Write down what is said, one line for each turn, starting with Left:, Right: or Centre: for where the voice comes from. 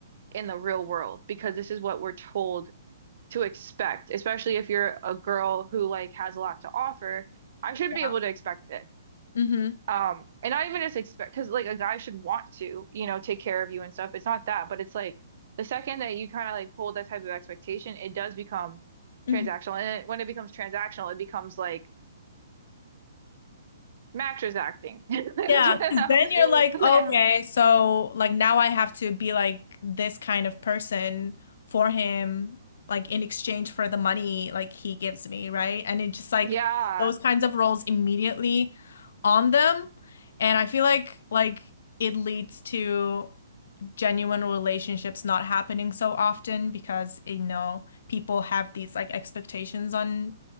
Right: in the real world? Because this is what we're told to expect, especially if you're a girl who like has a lot to offer. I should
Left: Yeah.
Right: be able to expect this.
Left: hmm
Right: Um, and not even just expect because like a guy should want to, you know, take care of you and stuff. It's not that, but it's like the second that you kind of like hold that type of expectation, it does become
Left: Mhm.
Right: transactional. And it, when it becomes transactional, it becomes like mattress acting. <laughs> That's
Left: Yeah,
Right: what
Left: because
Right: I-
Left: then you're like, okay, so like now I have to be like this kind of person for him, like in exchange for the money like he gives me, right? And it just like
Right: <laughs> Yeah.
Left: those kinds of roles immediately on them. And I feel like like it leads to genuine relationships not happening so often because you know people have these like expectations on